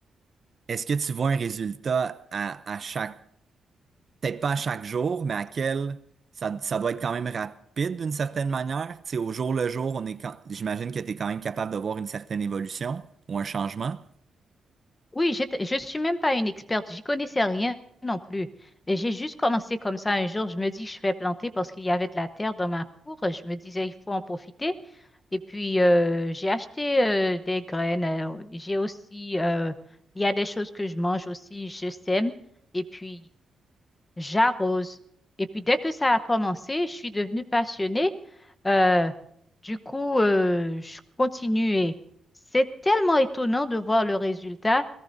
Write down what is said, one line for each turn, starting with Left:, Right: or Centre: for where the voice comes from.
Right: Est-ce que tu vois un résultat à, à chaque peut-être pas à chaque jour, mais à quel ça, ça doit être quand même rapide d'une certaine manière. Tu sais, au jour le jour, on est quand... j'imagine que tu es quand même capable de voir une certaine évolution ou un changement.
Left: Oui, j'étais- je ne suis même pas une experte, j'y connaissais rien non plus. Et j'ai juste commencé comme ça un jour, je me dis je vais planter parce qu'il y avait de la terre dans ma cour, je me disais il faut en profiter. Et puis euh, j'ai acheté euh, des graines, euh, j'ai aussi, euh, il y a des choses que je mange aussi, je sème. Et puis j'arrose. Et puis dès que ça a commencé, je suis devenue passionnée. Euh, du coup, euh, je continuais. C'est tellement étonnant de voir le résultat.